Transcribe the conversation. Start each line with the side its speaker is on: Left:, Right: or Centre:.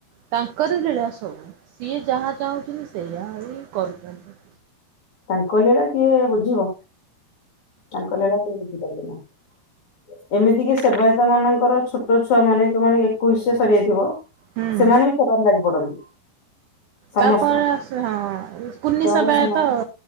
Right: ତାଙ୍କର ଲୀଳା ସବୁ ସିଏ ଯାହା ଚାହୁଁଛନ୍ତି ସେୟା ହି କରୁଚନ୍ତି।
Left: ତାଙ୍କ ଲିଳା କିଏ ବୁଝିବ ତାଙ୍କ ଲିଳା କେହି ବୁଝିପାରିବେ ନାହିଁ। ଏମିତିକି ସେବାୟତ ମାନଙ୍କର ଛୋଟ ଛୁଆ ମାନେ ଯୋଉମାନେ ଏକୋଇଶିଆ ସରିଯାଇଥିବ
Right: ହୁଁ
Left: ସେମାନେ ବି ସେବାରେ ଲାଗି ପଡନ୍ତି। ସମସ୍ତେ
Right: ତା କଣ ଆସ ହଁ କୁନି
Left: ସେମାନେ
Right: ସେବାୟତ
Left: ସେମାନେ
Right: ଆ